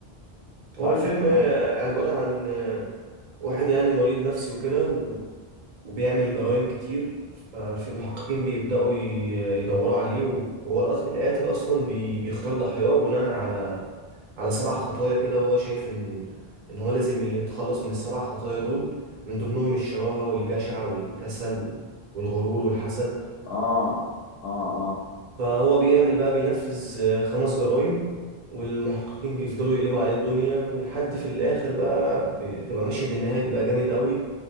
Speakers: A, on the right; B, on the left.
A: هو
B: حلو
A: الفيلم
B: تمام
A: آه، عباره
B: اسم
A: عن آه، واحد يعني مريض نفسي وكده و- وبيعمل جرائم كتير ففي المحققين بيبداوا ي- يدوروا عليه و- وهو الأص- القاتل اصلا بي- بيختار ضحاياه بناء على على سبع خطايا كده هو شايف ان ان هو لازم يتخلص من السبع خطايا دول من ضمنهم الشراهه والجشع والكسل والغرور والحسد
B: اه اه اه
A: فهو بيعمل بقى بينفذ آه، خمس جرائم والمحققين بيفضلوا يقلبوا عليه الدنيا ولحد في الآخر بقى بتبقى مشهد النهاية بيبقى جامد قوي